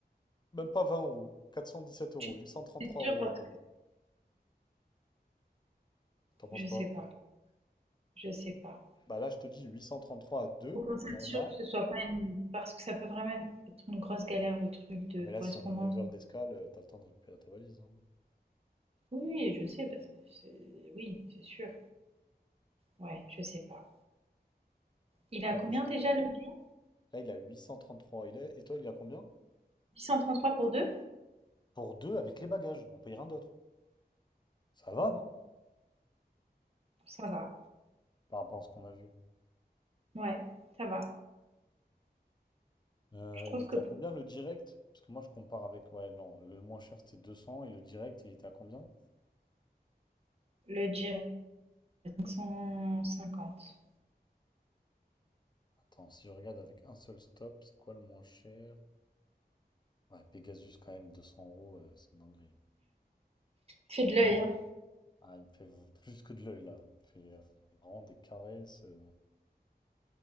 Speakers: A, on the left; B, on the right.
A: même pas 20 euros. quatre cent dix sept euros,
B: tu
A: huit cent trente
B: c'est
A: trois
B: sûr
A: euros
B: parce
A: à deux.
B: que
A: T'en penses
B: je
A: quoi?
B: sais pas, je sais pas.
A: Bah là, je te dis huit cent trente trois à deux.
B: Faut qu'on s'assure
A: Et on a.
B: que ce soit pas une parce que ça peut vraiment être une grosse galère le truc de
A: Non, mais là,
B: correspondance.
A: si on a neuf heures d'escale, euh, t'as le temps de récupérer ta valise. hein.
B: Oui, oui, je sais, bah, c'est- c'est- oui, c'est sûr. Ouais, je sais pas. Il a
A: Tu vois,
B: combien
A: faut-
B: déjà le billet?
A: Là, il a 833. Il est... Et toi, il a combien?
B: 833 pour deux?
A: Pour deux, avec les bagages. On paye rien d'autre. Ça va, non?
B: Ça va.
A: Par rapport à ce qu'on a vu.
B: Ouais, ça va.
A: Euh,
B: Je trouve
A: il était
B: que
A: à combien le direct? Parce que moi je compare avec ouais, non, le moins cher c'était 200 et le direct il était à combien?
B: Le Jira, cinq cent cinquante
A: Attends, si je regarde avec un seul stop, c'est quoi le moins cher? Ouais, Pegasus quand même, 200 euros, euh, c'est une dinguerie.
B: Fais de l'œil, hein.
A: Ah, il me fait v- plus que de l'œil là, il me fait euh, vraiment des caresses. euh.